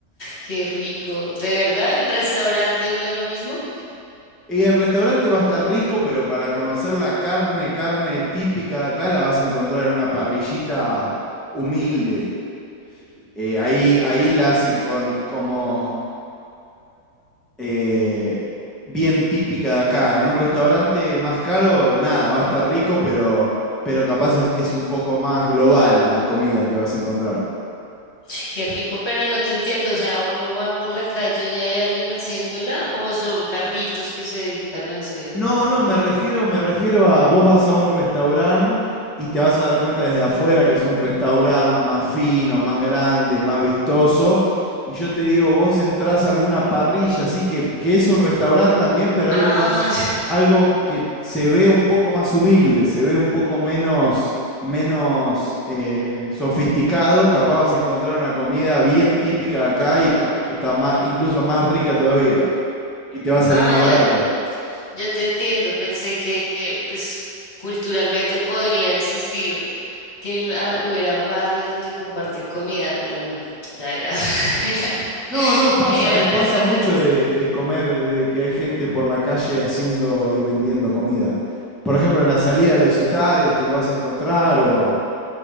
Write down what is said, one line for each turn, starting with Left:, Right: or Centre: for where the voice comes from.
Left: qué rico. ¿De verdad en restaurante no es lo mismo?
Centre: Y en restaurante va a estar rico, pero para conocer la carne, carne típica de acá, la vas a encontrar en una parrillita humilde. Eh, ahí, ahí la hacen con como eh, bien típica de acá. En un restaurante más caro, nada, va a estar rico, pero, pero capaz es, es un poco más global la comida que vas a encontrar.
Left: Ch, Qué rico, pero no te entiendo, o sea, uno va por la calle y hay alguien haciéndola o son carritos que se dedican a hacer
Centre: No, no,
Left: como...
Centre: me refiero, me refiero a vos vas a un restaurante y te vas a dar cuenta desde afuera que es un restaurante más fino, más grande, más vistoso. Y yo te digo, vos entrás a alguna parrilla, así que, que es un restaurante también, pero
Left: Ah,
Centre: algo más,
Left: <laughs>
Centre: algo que se ve un poco más humilde, se ve un poco menos, menos eh, sofisticado. Capaz vas a encontrar una comida bien típica de acá y capaz que está más, incluso más rica todavía. Y te va a salir
Left: ah,
Centre: más
Left: ya,
Centre: barato.
Left: ya te entiendo, pensé que eh, pues culturalmente podría existir que en la- hubieran barrios donde comparten comida, pero no, ya era, <laughs> era,
Centre: No, no pasa,
Left: eran
Centre: ¿eh? Pasa
Left: restaurantes.
Centre: mucho de, de comer, de que hay gente por la calle haciendo y vendiendo comida. Por ejemplo, en la salida de los estadios te lo vas a encontrar o,